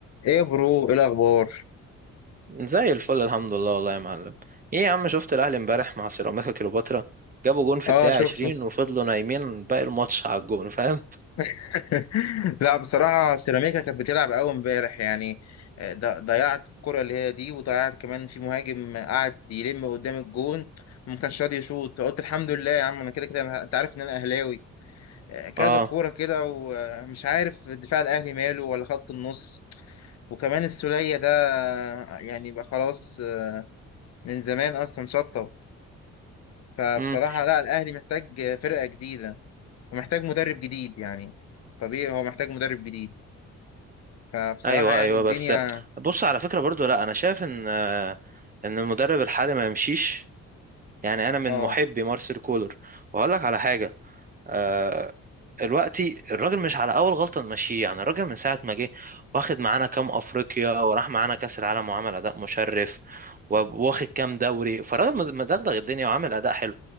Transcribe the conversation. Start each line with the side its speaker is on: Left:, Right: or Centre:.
Left: ايه يا برو ايه الاخبار
Right: زي الفل الحمد لله والله يا معلم ايه يا عم شفت الاهلي امبارح مع سيراميكا كليوباترا جابوا جون في
Left: اه
Right: الدقيقة
Left: شفته
Right: 20 وفضلوا نايمين باقي الماتش على الجون فاهم
Left: <laughs> لا بصراحه سيراميكا كانت بتلعب قوي امبارح يعني آه، ض- ضيعت الكره اللي هي دي وضيعت كمان في مهاجم قعد يلم قدام الجون وما كانش راضي يشوط قلت الحمد لله يا عم انا كده كده أنا- انت عارف ان انا اهلاوي آه، كذا
Right: اه
Left: كوره كده ومش عارف دفاع الاهلي ماله ولا خط النص وكمان السولية ده آه، يعني بقى خلاص آه، من زمان اصلا شطب فبصراحه
Right: امم
Left: لا الاهلي محتاج فرقه جديده ومحتاج مدرب جديد يعني طبيعي هو محتاج مدرب جديد فبصراحة
Right: ايوه
Left: يعني
Right: ايوه
Left: الدنيا
Right: بس بص على فكرة برضو لا انا شايف ان آه، ان المدرب الحالي ما يمشيش يعني انا من
Left: اه
Right: محبي مارسيل كولر وهقول لك على حاجة آه، دلوقتي الراجل مش على اول غلطه نمشيه يعني الراجل من ساعه ما جه واخد معانا كام افريقيا وراح معانا كاس العالم وعمل اداء مشرف وواخد كام دوري فالراجل مدغدغ الدنيا وعامل اداء حلو